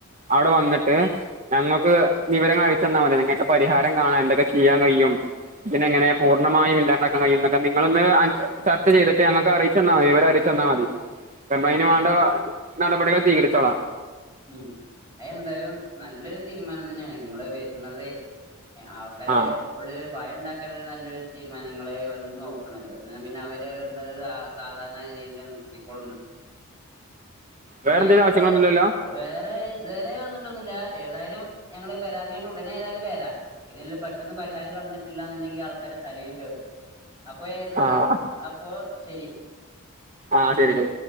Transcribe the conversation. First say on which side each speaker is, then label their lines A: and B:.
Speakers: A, on the right; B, on the right.
A: അവിടെ വന്നിട്ട് ഞങ്ങൾക്ക് വിവരങ്ങൾ അറീച്ചന്നാൽ മതി നിങ്ങൾക്ക് പരിഹാരം കാണെ എന്തൊക്കെ ചെയ്യാൻ കഴിയും ഇതിനെങ്ങനെ പൂണ്ണമായും ഇല്ലാണ്ടാക്കാൻ കഴിയും നിങ്ങളൊന്ന് ചർച്ച ചെയ്തിട്ട് ഞങ്ങക്ക് അറിയിച്ചന്നാമതി വിവരറീച്ചന്നാ മതി അയിന്
B: ആഹ്
A: മാണ്ട നടപടികൾ സ്വീകരിച്ചോളാം
B: ഉം അയ് എന്തായാലും നല്ലൊരു തീരുമാനം തന്നെയാണ് നിങ്ങള് വരുന്നതെ ആഹ് കഥേ
A: ആ
B: ഉള്ളില് ഭയം ഇണ്ടാക്കാനൊരു നല്ലൊരു തീരുമാന നിങ്ങള് വന്ന് നോക്കണത് എന്നാ പിന്നെ അവര് <unintelligible> സാധാരണ രീതിയില് നിർത്തിക്കൊളുന്ന്
A: വേറെന്തെങ്കിലും
B: എന്നായിക്കോട്ടെ
A: ആവശ്യങ്ങളൊന്നുമില്ലല്ലോ
B: വേറെ ഇതുവരെ വന്നിട്ടൊന്നില്ല ഏതായാലും ഞങ്ങള് പരാതിയായിട്ട് ഉടനെ ഏതായാലും വരാം ഇതല്ല പട് പെട്ടെന്ന് പരിഹാരം കടന്നിട്ടില്ലന്നുണ്ടെങ്കി ആൾക്കാര് തലേൽ കയറും അപ്പൊ ഏത്
A: ആ
B: അപ്പൊ ശരി
A: ആഹ്
B: നന്ദി
A: ശരി ലേ